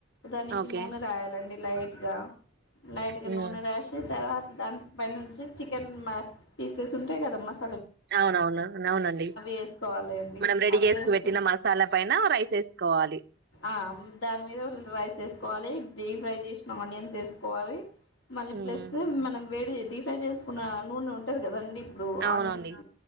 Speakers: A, on the left (about 90°); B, on the right (about 55°).
A: దానికి
B: ఓకే.
A: నూనె రాయాలండి లైట్గా లైట్గా
B: హ్మ్.
A: నూనె రాసి తర్వాత దానిపై నుంచి చికెన్ మ పీసెస్ ఉంటాయి కద మస్
B: అవునవునువు అవునండి
A: వేసుకోవాలి అండి
B: మనం రెడీ
A: అవి
B: చేసి
A: వేసుకు
B: పెట్టిన మసాలా పైన రైస్ వేసుకోవాలి
A: ఆ దాని మీద రైస్ వేసుకోవాలి డీ ఫ్రై చేసిన ఆనియన్స్ వేసుకోవాలి మళ్ళీ
B: హ్మ్. హ్మ్.
A: ప్లస్ మనం వేడి డీ ఫ్రై చేసుకున్న నూనె ఉంటది కదండి ఇప్పుడు
B: అవునండి
A: ఆనియన్స్